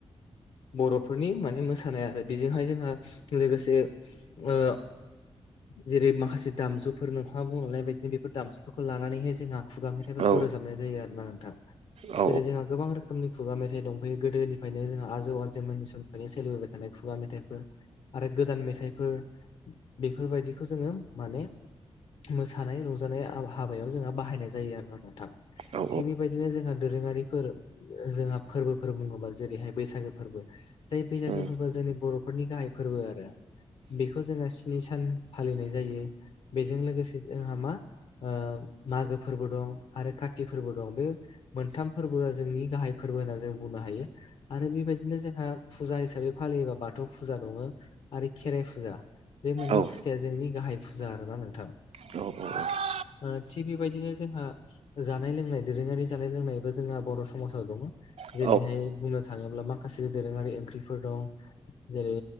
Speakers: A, on the left (about 60°); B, on the right (about 65°).
A: बर'फोरनि माने मोसानाय आरो बेजोंहाय जोंहा लोगोसे ओ जेरै माखासे दामजुफोर नोंथाङा बुंलांनाय बायदिनो बेफोर दामजुफोरखौ लानानैहाय जोंहा खुगा मेथाइफोरखौ
B: औ
A: रोजाबनाय जायो आरोना नोंथां
B: औ
A: जेरै जोंहा गोबां रोख खोमनि खुगा मेथाइ दंफायो गोदोनिफ्रायनो जोंहा आ आजौ आजै मोननि समनिफ्रायनो सोलिबोबाय थानाय खुगा मेथाइफोर आरो गोदान मेथाइफोर। बेफोरबायदिखौ जोङो माने मोसानाय रंजानाय आब हाबायाव जोंहा बाहायनाय जायो आरोना नोंथां।
B: औ
A: थिग बेबायदिनो जोंहा दोरोङारिफोर जोंहा फोरबोफोर बुंङोबा जेरैहाय बैसागो फोरबो जाय बैसागो
B: औ
A: फोरबोआ जोंनि बर'फोरनि गाहाय फोरबो आरो। बेखौ जोहा स्नि सान फालिनाय जायो बेजों लोगोसे जोंहा मा ओ मागो फोरबो दं आरो काति फोरबो दं बे मोनथाम फोरबोआ जोंनि गाहाय फोरबो होनना जों बुंनो हायो आरो बेबायदिनो जोंहा फुजा हिसाबै फालियोबा बाथौ फुजा दङ आरो खेराइ फुजा बे मोननै
B: औ
A: फुजाया जोंनि गाहाय फुजा आरोना नोंथां।
B: <unintelligible>
A: ओ थिग बेबायदिनो जोंहा जानाय लोंनाय दोरोङारि जानाय लोंनायबा जोंहा बर' समाजाव दङ।
B: औ नंगौ औ
A: जेरैहाय बुंनो थाङोब्ला माखासे दोरोङारि ओंख्रिफोर दं जेरै